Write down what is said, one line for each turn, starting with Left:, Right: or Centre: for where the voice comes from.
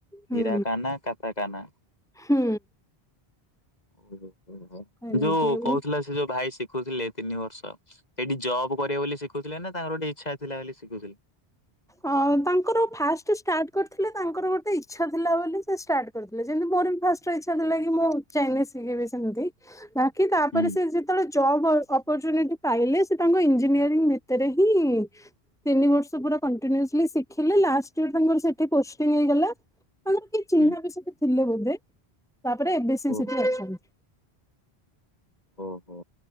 Centre: ହୁଁ
Left: ହୀରାକାନ କାତାକାନା,
Centre: ହୁଁ,
Left: ହ ହ,
Centre: ଏମିତି
Left: ଯୋଉ କହୁଥିଲା
Centre: ହୁଁ
Left: ସେ ଯୋଉ ଭାଇ ଶି ଦେଖୁଥିଲେ ତିନି ବର୍ଷ। ସେଇଠି ଜବ୍ କରିବ ବୋଲି ସେ ବୁଝିଲେନା ତାଙ୍କର ଗୋଟେ ଇଚ୍ଛା ଥିଲା ବୋଲି ଶିଖୁଥିଲେ।
Centre: ଅ ତାଙ୍କର ଫାଷ୍ଟ ଷ୍ଟାର୍ଟ କରିଥିଲେ ତାଙ୍କର ଗୋଟେ ଇଚ୍ଛା ଥିଲା ବୋଲି ସେ ଷ୍ଟାର୍ଟ କରିଥିଲେ ଯେମିତି ମୋର ବି ଫାଷ୍ଟ ଇଛା ଥିଲା କି ମୁଁ ଚାଇନିଜ ଶିଖିବି। ସେମିତି ନା କି ତାପରେ
Left: ହୁଁ
Centre: ସେ ଯେତେବେଳେ ଜବ ଅପରଚୁନିଟି ପାଇଲେ ସେ ତାଙ୍କ ଇଞ୍ଜିନିୟରିଂ ଭିତରେ ହିଁ ତିନି ବର୍ଷ ପୁରା କଣ୍ଟିନିଅସଲି ଶିଖିଲେ ଲାଷ୍ଟ ବେଳେ ତାଙ୍କର ସେଠି ପୋଷ୍ଟିଙ୍ଗ ହେଇଗଲା। ଆମର କିଏ ଚିହ୍ନା
Left: ହୁଁ।
Centre: ବିଷୟରେ, ଥିଲେ ବୋଧେ । ତାପରେ ଏ ବେ ସିଏ
Left: ଓହୋ
Centre: ସେଠି ଅଛନ୍ତି ।
Left: ଓହୋ